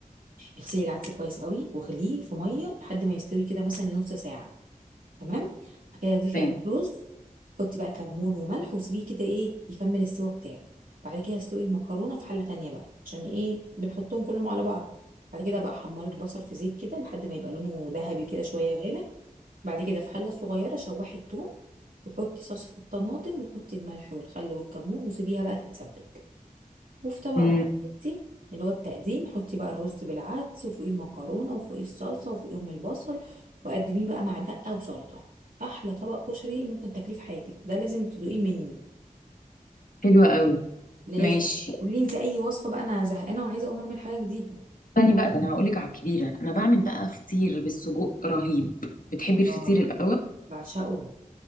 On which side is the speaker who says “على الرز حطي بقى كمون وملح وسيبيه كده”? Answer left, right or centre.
Right